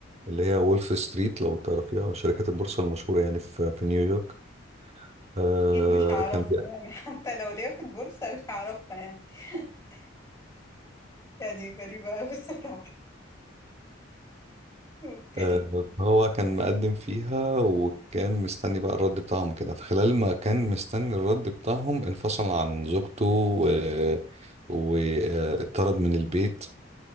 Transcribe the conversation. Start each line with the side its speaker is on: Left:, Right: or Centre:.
Right: اللي هي وولف ستريت لو تعرفيها شركات البورصة المشهورة يعني في في نيويورك آه
Left: اكيد مش هعرفها
Right: كان بي-
Left: يعني <laughs> حتى لو ليا في البورصة مش هعرفها يعني <laughs> يعني غريبة اوي الصراحة اوكي
Right: آه هو كان مقدم فيها وكان مستني بقى الرد بتاعهم كده في خلال ما كان مستني الرد بتاعهم انفصل عن زوجته واتطرد من البيت